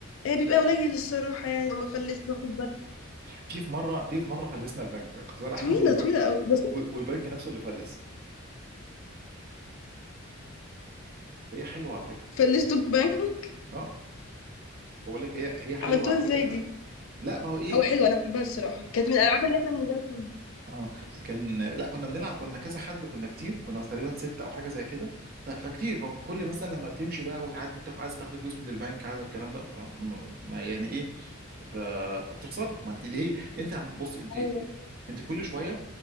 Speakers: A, on the left; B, on the right.
A: هي بيبقى قليل الصراحه يعني لما فلست باخد بالي
B: في في مره في في مره فلسنا البنك كنت بلعب
A: طويله
B: <laughs> والب...
A: طويله قوي بس
B: والبنك نفسه اللي فلس هي حلوه على فكره
A: فلستوا البنك
B: اه بقول لك هي هي حلوه
A: عملتوها
B: على
A: ازاي
B: فكره
A: دي
B: قوي لا ما هو ايه
A: هو حلو انا بحبها الصراحه كانت من الالعاب اللي احنا بنبدا فيها
B: اه كان لا كنا بنلعب كنا كذا حد كنا كتير كنا بس تقريبا ستة او حاجه زي كده ف- فكتير فكل مثلا لما بتمشي بقى وتعدي بتاخد عايزه تاخد فلوس من البنك عايزه الكلام ده ف ما- يعني ايه ف... فبتخسري ما انت ليه انت عم- بص انت
A: ايوه
B: انت كل شويه